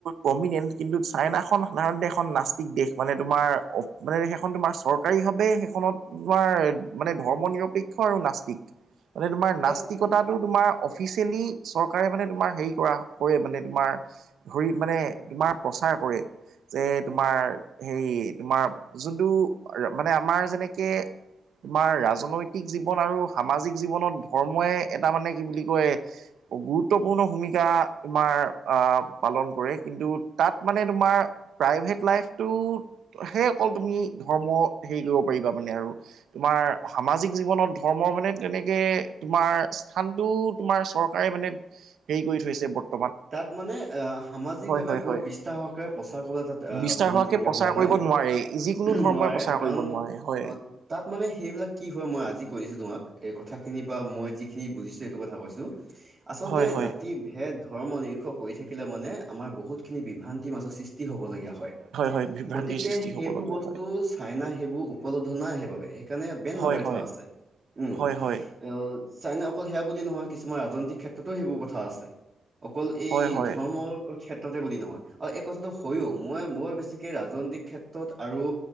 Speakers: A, on the right; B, on the right.
A: পমিনেণ্ট কিন্তু চাইনাখন সাধাৰণতে এখন নষ্টিক দেশ মানে তোমাৰ মানে সেইখন তোমাৰ চৰকাৰীভাৱে সেইখনত তোমাৰ মানে ধৰ্ম নিৰপেক্ষ আৰু নাস্তিক। মানে তোমাৰ নাস্তিকতাটো
B: তাত
A: তোমাৰ অফিচিয়েলি- চৰকাৰে মানে তোমাৰ হেৰি কৰা কৰে মানে তোমাৰ ধৰি মানে তোমাৰ প্ৰচাৰ কৰে। যে তোমাৰ হেৰি তোমাৰ যোনটো মানে আমাৰ যেনেকে তোমাৰ ৰাজনৈতিক জীৱন আৰু সামাজিক জীৱনত ধৰ্মই এটা মানে কি বুলি কয় গুৰুত্বপূৰ্ণ ভূমিকা তোমাৰ আহ পালন কৰে কিন্তু তাত মানে তোমাৰ প্ৰাইভেট লাইফটো সেই অকল তুমি ধৰ্ম হেৰি কৰিব পাৰিবা মানে আৰু। তোমাৰ সামাজিক জীৱনত ধৰ্ম মানে তেনেকে তোমাৰ স্থানটো তোমাৰ চৰ প্ৰায় মানে হেৰি কৰি থৈছে ব
B: তাত মানে এ সামাজিকভাৱে
A: হয়
B: বৰ
A: হয়
B: বিস্তাৰহোৱাকে প্ৰচাৰ কৰা তাত
A: বিস্তাৰ
B: অনুমতি
A: হোৱাকে
B: তেতিয়া
A: প্ৰচাৰ
B: হোৱা
A: কৰিব
B: নাই
A: নোৱাৰে যিকোনো ধৰ্মই
B: নোৱাৰে
A: প্ৰচাৰ
B: কাৰণ
A: কৰিব নোৱাৰে হয়
B: অ তাত মানে সেইবিলাক কি হয় মই আজি কৈ দিছো তোমাক এই কথাখিনি বা মই যিখিনি বুজিছো এইেইটো কথা কৈছো
A: <inaudible>
B: আচলতে
A: হয়
B: জাতি ভেদ ধৰ্ম নিৰীক্ষ থাকিলে মানে আমাৰ বহুতখিনি বিভ্ৰান্তিৰ মাজত সৃষ্টি হ'বলগীয়া হয়।
A: হয় বিভ্ৰান্তিৰ
B: গতিকে
A: সৃষ্টি
B: সেইবোৰ
A: হ'বলগীয়া
B: বস্তু
A: হয়
B: চাইনা সেইবোৰ উপলব্ধ নাই সেইবাবে সেইকাৰণে বেন
A: হয়
B: লগাই
A: হয়
B: থোৱা আছে। উম,
A: হয় হয়
B: ইয় চাইনা অকল সেয়া বুলি নহয় কিছুমান ৰাজনৈতিক ক্ষেত্ৰতো সেইবোৰ কথা আছে। অকল এই
A: হয় হয়
B: ধৰ্মৰ ক্ষেত্ৰতে বুলি নহয় আৰু এই কথাটো হয়য়ো মই বৰ বেছিকে ৰাজনৈতিক ক্ষেত্ৰত আৰু